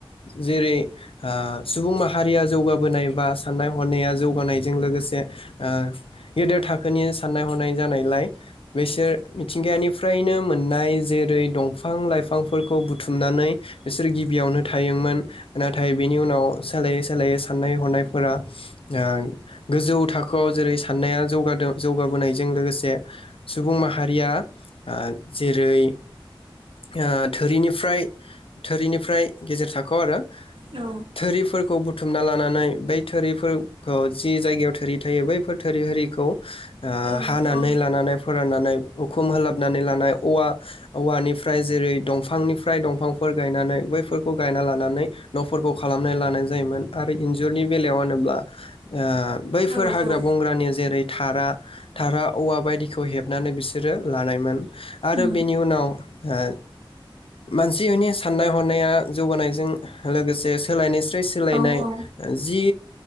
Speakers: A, on the left; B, on the right.
A: जेरै आ सुबुं माहारिया जौगाबोनाय बा साननाय हनाया जौगानायजों लोगोसे आ गेदेर थाखोनि। साननाय हनाय जानायलाय बिसोर मिथिंगायानिफ्रायनो मोननाय जेरै दंफां लाइफांफोरखौ बुथुमनानै बिसोर गिबियावनो थायोमोन। नाथाय बेनि उनाव सोलायै सोलायै साननाय हनायफोरा आ गोजौ थाखोआव जेरै साननाया जौगादों। जौगाबोनायजों लोगोसे सुबुं माहारिया आ जेरै आ थोनिफ्राय थोरिनिफ्राय गेजेर थाखोआव आरो
B: औ
A: थोरिफोरखौ बु बुथुमना लानानै बै थोरिफोरखौ जि जायगायाव थोरि थायो बैफोर थोरि हारिखौ आ
B: औ
A: हानानै लानानै फोराननानै उखुम होलाबनानै लानाय औवा औवानिफ्राय जेरै दंफांनिफ्राय दंफांफोर गायनानै बैफोरखौ गायना लानानै न'फोरखौ खालामना लानाय जायोमोन आरो इन्जुरनि बेलायाव होनोब्ला आ बैफोर
B: औ
A: हाग्रा
B: औ
A: बंग्रानि जेरै थारा थारा औवा बायदिखौ हेबनानै बिसोरो लानायमोन आरो
B: उम
A: बेनि उनाव ओ मानसिनि साननाय हनाया जौगानायजों लोगोसे सोलायनाय <unintelligible> सोलायनाय
B: औ औ
A: जि